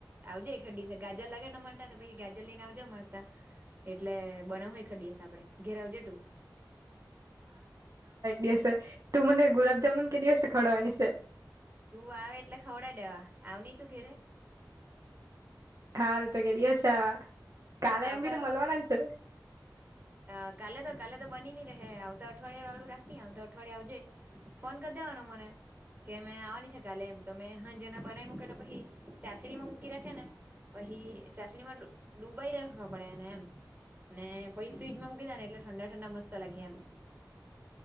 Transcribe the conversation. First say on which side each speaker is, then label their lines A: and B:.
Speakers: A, on the right (about 25°); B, on the right (about 50°).
A: આવજે એખડ દીસે ગાજર લાગે ટ તો પછી ગાજર લઈને આવજે અમા ટા એટલે બનાવહુ એખાડ દીવસે આપડે ઘેરે આવજે તુ
B: દસે તું મને ગુલાપ જામુન કે દીવસે ખવદાવાની શે
A: તું આવે એટલે ખવડઈ દેવા આવ ની તું ઘેરે
B: હાલ તો કે દિવસે આવા કાલે
A: આવતા
B: એમ ભી તો
A: અઠ
B: મલવાના છે.
A: કાલે તો કાલે તો બની ની રહે આવ તો અઠવાડિયા વાળું રાખ ની આવ તો અઠવાડિયા આવજે ફોન કર દે વાનો મને કે મે આવાની છે કાલે એમ તો મે હાજે ના બનાવી મૂકા ત પછી ચાસણીમાં મૂકી રાખે ને પહી ચાસણી માં ડૂબાઈ રાખવા પડેને એમ ને પછ ફ્રીજમાં મૂકી દેવાના એટલે ઠંડા ઠંડા મસ્ત લાગે એમ